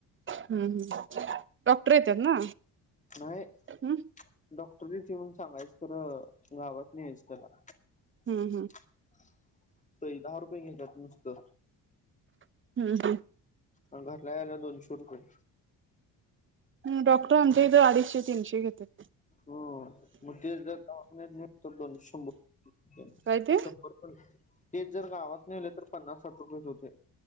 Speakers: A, on the right (about 30°); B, on the left (about 20°).
A: हम् हम् <inaudible> डॉक्टर येत्यात ना
B: नाही
A: हम्म
B: <inaudible> डॉ तुम्हीच येऊन सांगायच खरं गावात यायच आहेत्याला
A: हम्म
B: त दहा रुपये घेत्यात नुसतं
A: हम्म हम्म
B: <unintelligible> यायला दोनशे रुपये
A: डॉक्टर आमच्या इथं अडीचशे तीनशे घेत्यात
B: ह मग ते जर ते दवाखान्यात नेऊ स्तवोर दोन--शंभर रुपये
A: काय ते
B: शंभर पण तेच जर गावात नेले तर पन्नास साठ रुपयेच होते